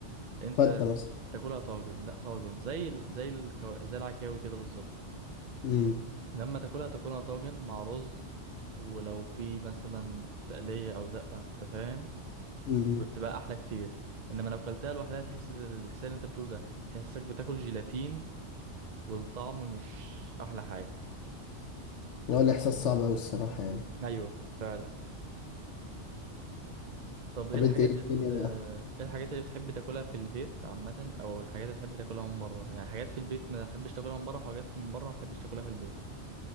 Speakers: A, on the right; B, on the left.
A: انت
B: فتة مثلا
A: تاكلها طاجن لا طاجن زي ال... زي الكو... زي العكاوي كده بالظبط
B: أمم
A: لما تاكلها تاكلها طاجن مع رز ولو في مثلا تقليه او دقه انت فاهم
B: أمم
A: بتبقى احلى كتير انما لو كلتها لوحدها تحس الاحساس اللي انت بتقوله ده تحسك بتاكل جيلاتين والطعم مش احلى حاجه
B: هو الإحساس صعب أوي الصراحة يعني
A: ايوه فعلا طب ايه
B: طب
A: الحاجات
B: أنت إيه الدنيا
A: ال
B: بقى؟
A: ايه الحاجات اللي بتحب تاكلها في البيت عامه او الحاجات اللي بتحب تاكلها من بره يعني حاجات في البيت ما تحبش تاكلها من بره وحاجات من بره ما تحبش تاكلها في البيت